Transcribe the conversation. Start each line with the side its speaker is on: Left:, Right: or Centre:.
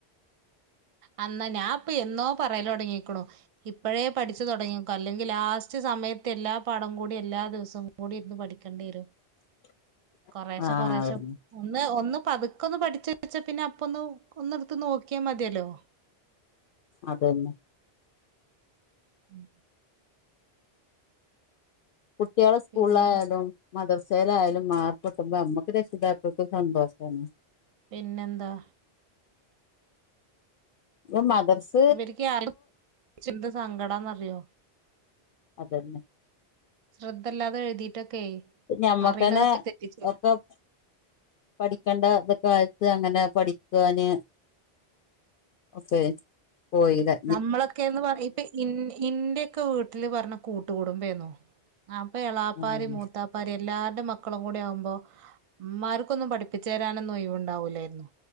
Right: അന്നാ ഞാൻ പ്പൊ എന്നോ പറയലൊടങ്ങിക്കണു. ഇപ്പഴേ പഠിച്ചു തുടങ്ങിക്കൊ അല്ലെങ്കി ലാസ്റ്റ് സമയത്ത് എല്ലാ പടം കൂടി എല്ലാ ദിവസം കൂ <unintelligible> മൂടി ഇന്ന് പഠിക്കണ്ടേരും.
Left: <unintelligible>
Right: കൊറേശെ
Left: ആഹ്
Right: കൊറെേശ
Left: അതന്നെ
Right: ഒന്ന് ഒന്ന് പതുക്കൊന്ന് പഠിച്ച വച്ചാ പിന്നെ അപ്പ ഒന്ന് ഒന്ന്. നോക്കിയാ മതിയേല്ലോ.
Left: അതന്നെ
Right: ഉം.
Left: കുട്ടികള് സ്കൂളിലായലും.
Right: പിന്നെ
Left: മദർസേയിലായാലും മാർക് കൊട്ടുമ്പോ അമ്മക്ക് രക്ഷിതാക്കൾ ക് സന്തോഷണ്.
Right: പിന്നെന്താ
Left: ഇവൻ മദർസ്‌
Right: ഇവരിക്ക് <unintelligible> സങ്കടന്നറിയോ
Left: അതന്നെ
Right: ശ്രദ്ധല്ലാതെ എഴുതിയിട്ടൊക്കെ
Left: ഞമ്മക്കന്നെ
Right: അറിയണതൊക്കെ തെറ്റിച്ച്
Left: മൊത്തം പഠിക്കേണ്ടെക്ക കാലത്ത് അങ്ങനെ പഠിക്കാന് ഒക്കെ പോയിടെ
Right: നമ്മളൊക്കെന്ന് പറ ഇപ്പൊ ഇ ഇന്റെയൊക്കെ വീട്ടില് പറഞ്ഞ കൂട്ടുകുടുമ്പേന്നു ആപ്പ എളാപ്പാര്
Left: ആഹ്
Right: മൂത്താ പ്പാര് എല്ലാവരുടെ മക്കളും കൂടി ആവുമ്പോ ഉമ്മാർക്കൊന്നും പഠിപ്പിച്ചു തരാനൊന്നും ഒയിവുണ്ടാവൂല്ലായിരുന്നു.